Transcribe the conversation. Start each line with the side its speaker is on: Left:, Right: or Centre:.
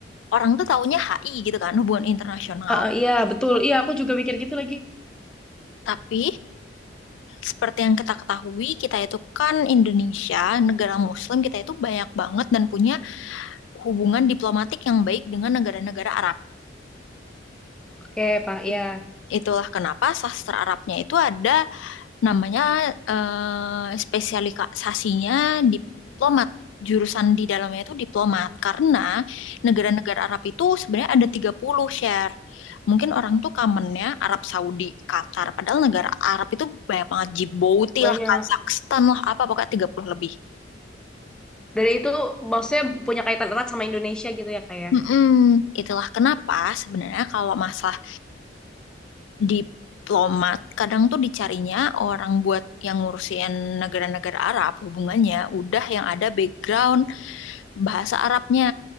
Left: orang tuh taunya HI gitu kan, hubungan internasional.
Centre: Eh, eh, iya betul. Iya aku juga mikir gitu lagi.
Left: Tapi seperti yang kita ketahui, kita itu kan Indonesia, negara Muslim, kita itu banyak banget dan punya hubungan diplomatik yang baik dengan negara-negara Arab.
Centre: Oke Pak,
Left: It-
Centre: ya
Left: Itulah kenapa sastra Arabnya itu ada namanya eh, spesialisasinya diplomat. Jurusan di dalamnya itu diplomat karena negara-negara Arab itu sebenarnya ada tiga puluh share. Mungkin orang tuh kamennya Arab Saudi, Qatar, padahal negara Arab itu banyak banget Djibouti
Centre: Banyak.
Left: lah, Kazakhstan lah, apa pokoknya 30 lebih.
Centre: Dan itu maksudnya punya kaitan erat sama Indonesia gitu ya kak ya.
Left: Mm-mm. Itulah kenapa sebenarnya kalau masalah diplomat kadang tuh dicarinya orang buat yang ngurusin negara-negara Arab hubungannya udah yang ada background bahasa Arabnya